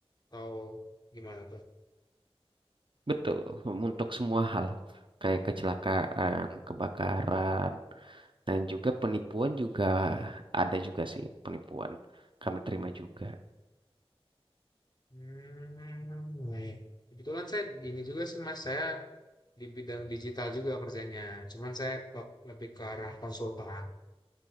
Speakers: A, on the left; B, on the right.
A: atau gimana tuh?
B: Betul, untuk semua hal. Kayak kecelakaan, kebakaran, Dan juga penipuan juga ada juga sih penipuan. Kami terima juga.
A: Hmm, iya. Kebetulan saya gini juga sih, Mas. Saya di bidang digital juga kerjanya. Cuman saya kok lebih ke arah konsultan.